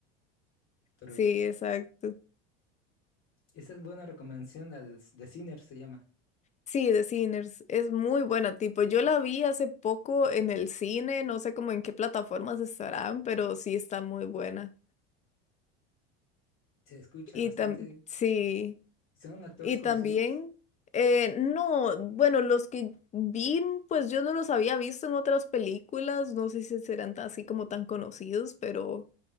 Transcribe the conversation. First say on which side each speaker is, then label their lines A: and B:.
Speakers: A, on the left; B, on the left.
A: Pero
B: sí, exacto.
A: esa es buena recomendación, la de, de Sinner se llama.
B: Sí, The Sinners es muy buena, tipo, yo la vi hace poco en el cine, no sé cómo en qué plataformas estarán, pero sí está muy buena.
A: Se escucha
B: Y
A: bastante.
B: tam sí,
A: ¿Son actores
B: y también,
A: conocidos?
B: eh, no, bueno, los que vi, pues yo no los había visto en otras películas, no sé si serán así como tan conocidos, pero